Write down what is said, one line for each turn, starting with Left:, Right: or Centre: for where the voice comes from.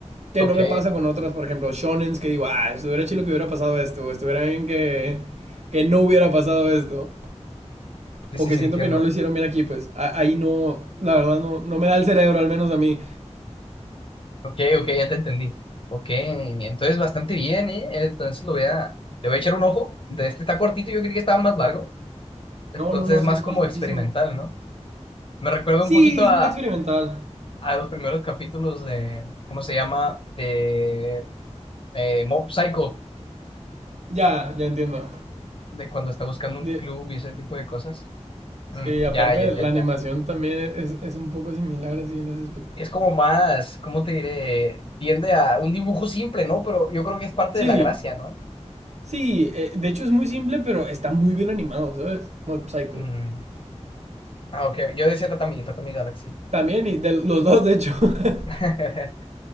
Right: Que
Left: Ok.
Right: no me pasa con otras, por ejemplo, shonens que digo, ah, estuviera chido que hubiera pasado esto, o estuviera bien que, que no hubiera pasado esto,
Left: Sí,
Right: o
Left: sí,
Right: que
Left: sí,
Right: siento
Left: entiendo.
Right: que no lo hicieron bien aquí, pues. A- ahí no, la verdad, no, no me da el cerebro, al menos a mí.
Left: Ok, ok, ya te entendí. Ok, entonces bastante bien, ¿eh? Entonces lo voy a... Le voy a echar un ojo. De este está cortito, yo creí que estaba más largo. Entonces
Right: No, no, no,
Left: es
Right: sí
Left: más
Right: es cortísimo.
Left: como experimental, ¿no? Me recuerda
Right: Sí,
Left: un poquito a,
Right: sí, es experimental.
Left: a los primeros capítulos de, ¿cómo se llama? De eh, Mob Psycho,
Right: Ya, ya entiendo.
Left: de cuando está buscando un
Right: De-
Left: club y ese tipo de cosas. Mm,
Right: sí,
Left: ya,
Right: aparte
Left: ya, ya,
Right: la
Left: ya.
Right: animación también es, es un poco similar así en ese aspecto.
Left: Es como más, ¿cómo te diré? Tiende a un dibujo simple, ¿no? Pero yo creo que es parte
Right: Sí,
Left: de la gracia, ¿no?
Right: sí, eh, de hecho es muy simple, pero está muy bien animado, ¿sabes? Mob Psycho.
Left: Mm. Ah, ok. Yo decía Tatami, Tatami Galaxy.
Right: También, y de los dos, de hecho. <laughs>
Left: <laughs>